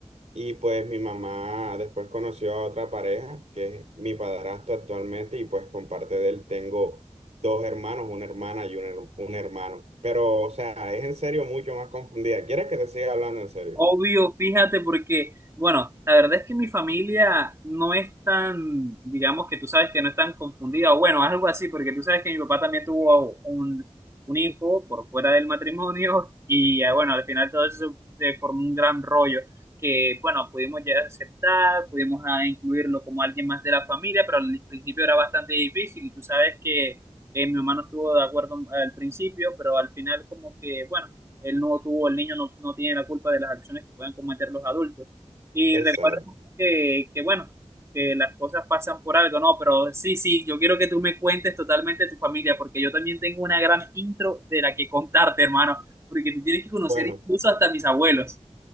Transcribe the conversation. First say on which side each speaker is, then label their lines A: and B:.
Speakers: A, on the right (about 75°); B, on the right (about 25°).
A: y pues mi mamá después conoció a otra pareja que es mi padrastro actualmente y pues con parte de él tengo dos hermanos, una hermana y un, her- un hermano. Pero o sea, es en serio mucho más confundida. ¿Quieres que te siga hablando en serio?
B: Obvio, fíjate, porque, bueno, la verdad es que mi familia no es tan, digamos que tú sabes que no es tan confundida, o bueno, algo así, porque tú sabes que mi papá también tuvo un, un hijo por fuera del matrimonio <laughs> y eh, bueno, al final todo eso se formó un gran rollo que, bueno, pudimos ya aceptar, pudimos ah, incluirlo como alguien más de la familia, pero al principio era bastante difícil y tú sabes que eh, mi mamá no estuvo de acuerdo al principio, pero al final como que, bueno él no tuvo, el niño no, no tiene la culpa de las acciones que puedan cometer los adultos. Y
A: Exacto.
B: recuerda que, que, bueno, que las cosas pasan por algo, ¿no? Pero sí, sí, yo quiero que tú me cuentes totalmente de tu familia, porque yo también tengo una gran intro de la que contarte, hermano, porque tú tienes que conocer
A: Bueno.
B: incluso hasta mis abuelos.